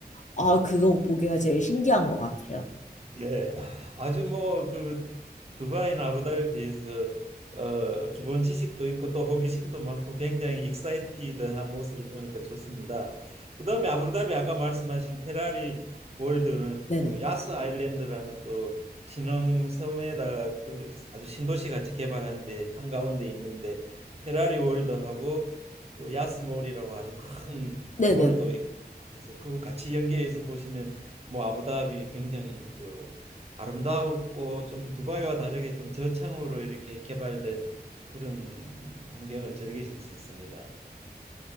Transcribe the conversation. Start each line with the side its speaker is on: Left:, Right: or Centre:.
Left: 아, 그거 보기가 제일 신기한 것 같아요.
Right: 예, 아주 뭐 그 두바이나 아부다비에서 어 기본 지식도 있고 또 호기심도 많고 굉장히 익사이티드한 모습을 보니까 좋습니다. 그다음에 아부다비 아까 말씀하신 페라리 월드는
Left: 네네.
Right: 그 야스 아일랜드라는 또 신흥 섬에다가 그 아주 신도시 같이 개발한 데 한가운데 있는데 페라리 월드하고 또 야스몰이라고 아주 큰
Left: 네네.
Right: 몰도 있고 해서 그거 같이 연계해서 보시면 뭐 아부다비 굉장히 저 아름다웠고 좀 두바이와 다르게 좀 저층으로 이렇게 개발된 그런 환경을 즐기실 수 있습니다.